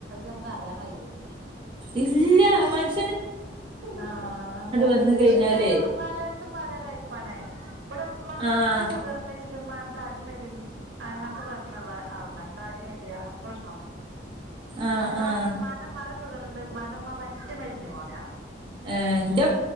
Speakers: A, on the right; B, on the right.
A: നമ്മുക്ക് അറിയാൻ കഴിയുള്ളൂ
B: ഇല്ല മ്മന്
A: ആഹ് പക്ഷെ
B: വന്ന് കഴിഞ്ഞാലേ
A: ചലൊ പലട്ത്തും പല ടൈപ്പാണെ ഇവിടെ ഇമ്മാക്ക്
B: ആഹ്
A: ഷുഗർണ്ടെച്ചിട്ട് മ്മാനെ താടിമരും അങ്ങനത്തെ പ്രശ്നോള്ള അളല്ല താടിമരിക അങ്ങനത്തെ പ്രശ്നം
B: ആഹ്
A: അയ് ഞാന്
B: ആഹ്
A: മ്മാന്റെ മ്മാന് ഷുഗർണ്ട് മ്മാന്റെമ്മ പറ്റെ മെലിഞ്ഞു പോന്ന
B: എ ഇന്റെ